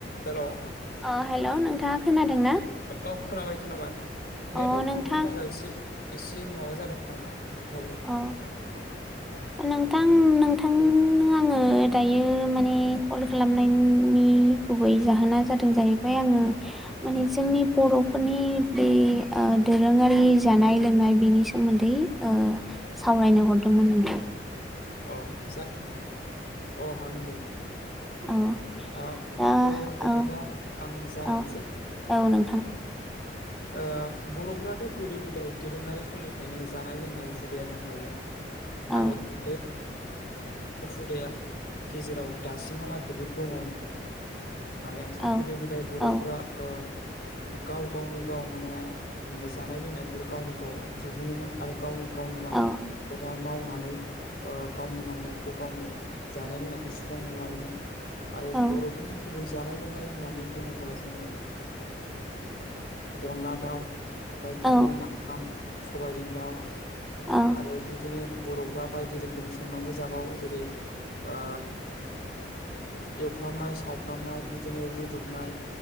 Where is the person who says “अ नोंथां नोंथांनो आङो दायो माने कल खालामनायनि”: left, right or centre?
Centre